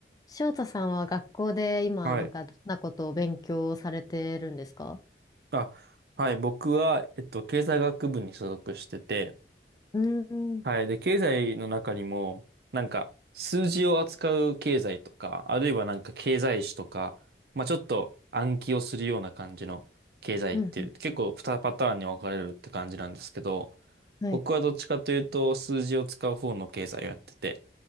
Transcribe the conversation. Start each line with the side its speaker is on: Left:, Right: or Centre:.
Left: 翔太さんは学校で今、
Right: はい。
Left: なんか、どんなことを勉強されてるんですか
Right: あ、はい。僕は、えっと、経済学部に所属してて、
Left: うーん、
Right: はい。で、経済の中にも、なんか、数字を扱う経済とか、あるいはなんか経済史とか、まあちょっと暗記をするような感じの経済っていう、
Left: うん、
Right: 結構2パターンに分かれるって感じなんですけど、
Left: はい。
Right: 僕はどっちかというと、数字を使う方の経済をやってて、